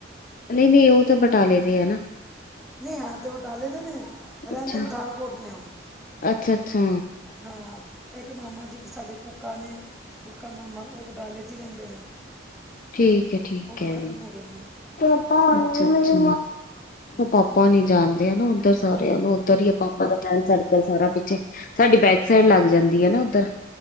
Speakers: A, on the left (about 45°); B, in the centre.
A: ਨਹੀਂ-ਨਹੀਂ ਉਹ ਤਾਂ ਬਟਾਲੇ ਦੇ ਹੈ ਨਾ।
B: ਨਹੀਂ ਹੈ ਤੇ ਵਟਾਲੇ ਦੇ ਨੇ। ਰਹਿੰਦੇ
A: ਅੱਛਾ
B: ਪਠਾਨਕੋਟ ਨੇ ਉਹ
A: ਅੱਛਾ ਅੱਛਾ
B: ਹਾਂ ਇੱਕ ਮਾਮਾ ਜੀ ਸਾਡੇ ਕੂਕਾ ਨੇ ਕੂਕਾ ਮਾਮਾ ਉਹ ਵਟਾਲੇ 'ਚ ਹੀ ਰਹਿੰਦੇ ਨੇ।
A: ਠੀਕ ਹੈ ਠੀਕ
B: ਉਹ ਵੀ
A: ਹੈ।
B: ਖਤਮ ਹੋ ਗਏ ਨੇ
A: ਅੱਛਾ-ਅੱਛਾ
B: ਹਾਂਜੀ
A: ਪਾਪਾ ਹੋਣੀ ਜਾਣਦੇ ਉਧਰ ਸਾਰਿਆਂ ਨੂੰ ਉੱਧਰ ਹੀ, ਆਪ-ਆਪ ਦਾ ਫਰੈਡ ਸਰਕਲ ਸਾਰਾ ਪਿੱਛੇ ਸਾਡੀ ਬੈਕ ਸਾਈਡ ਲੱਗ ਜਾਂਦੀ ਹੈ ਨਾ ਉੱਧਰ।